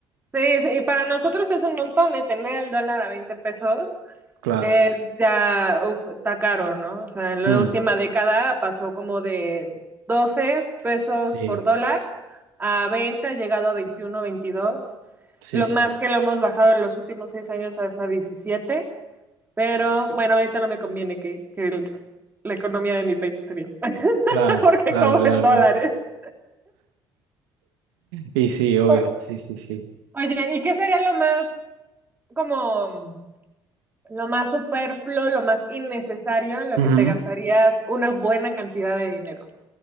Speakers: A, on the right (about 15°); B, on the right (about 65°).
A: Sí, sí, y para nosotros es un montón, ¿eh? Tener el dólar a 20 pesos.
B: claro.
A: Eh, pues, ya, uf, está caro, ¿no? O sea, en la
B: Mm,
A: última década pasó como de doce pesos
B: sí,
A: por dólar a 20, ha llegado a 21, 22.
B: sí,
A: Lo
B: sí,
A: más que lo hemos bajado en los últimos seis años es a 17. pero bueno, ahorita no me conviene que, que el- la economía de mi país esté bien, <laughs>
B: claro,
A: porque
B: claro,
A: cobro
B: claro,
A: en dólares.
B: claro. Y sí, obvio,
A: O-
B: sí, sí, sí.
A: Oye, ¿y qué sería lo más como... Lo más superfluo, lo más innecesario en lo
B: Ujú.
A: que te gastarías una buena cantidad de dinero.